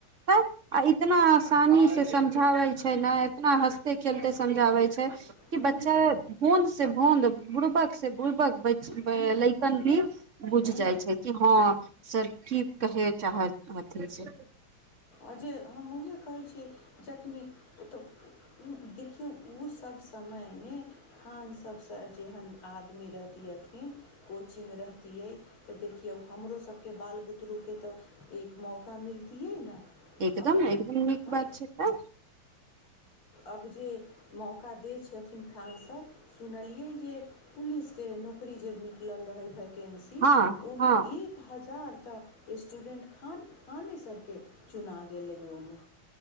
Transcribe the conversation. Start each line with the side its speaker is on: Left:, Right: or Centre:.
Right: तब आ इतना आसानीसँ समझाबै छै ने इतना हँसते खेलते समझाबै छै कि
Left: हँ
Right: बच्चा हुन भोद बुड़बक से बुलबक बइच
Left: हँ
Right: लैकन भी बुझ
Left: हँ
Right: जाइ छै कि हँ सर की कहय चाहथि हथिन से
Left: अजे हम ऊहेँ कहै छियैक जखनी ओ तऽ देखियौ उ सभ समयमे खान स सबसँ जेहन आद आदमी रहतियथिन कोचिंग रहतियै तऽ देखियौ हमरो सबकेँ बाल बुतरूकेँ तऽ एक मौका मिलतियै ने
Right: एकदम
Left: आब
Right: एकदम नीक
Left: हँ
Right: बात छैक तऽ
Left: आब जे मौका दै छथिन खान सर सुनलियै जे पुलिसकेँ नौकरी जे निकलल रहय भय कैन्सिल
Right: हँ
Left: ओहिमे
Right: हँ
Left: एक हजार तऽ स्टूडेन्ट खान सरकेँ तना गेल लै ओमे